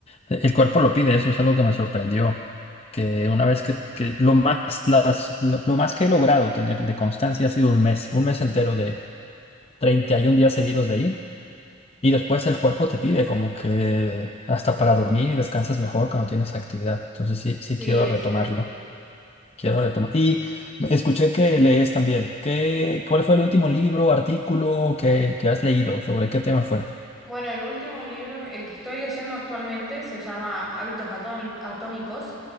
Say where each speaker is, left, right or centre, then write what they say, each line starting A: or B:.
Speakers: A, on the left; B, in the centre.
A: El cuerpo lo pide, eso es algo que me sorprendió. Que una vez que, que lo más, las, lo, lo más que he logrado tener de constancia ha sido un mes, un mes entero de 31 días seguidos de ir. Y después el cuerpo te pide como que hasta para dormir descansas mejor cuando tienes actividad. Entonces sí,
B: Sí,
A: sí quiero
B: es
A: retomarlo.
B: cierto.
A: Quiero retomar. Y escuché que lees también. ¿Qué, cuál fue el último libro, artículo que, que has leído? ¿Sobre qué tema fue?
B: Bueno, el último libro, el que estoy leyendo actualmente, se llama Hábitos Atóni- Atómicos.